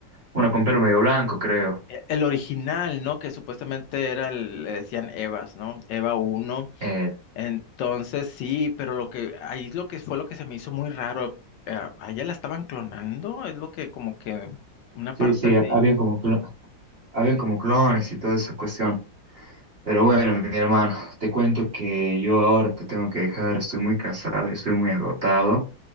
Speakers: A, on the right; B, on the left.
A: una con pelo medio blanco, creo.
B: E- El original, ¿no? Que supuestamente era, el- le decían Evas, ¿no? Eva uno.
A: Eh,
B: Entonces, sí, pero lo que, ahí es lo que fue lo que se me hizo muy raro. eh, a ella la estaban clonando, es lo que como que una
A: sí,
B: parte
A: sí,
B: así.
A: habían como, clo- habían como clones y toda esa cuestión. Pero bueno, mi hermano, te cuento que yo ahora te tengo que dejar, estoy muy cansado, estoy muy agotado.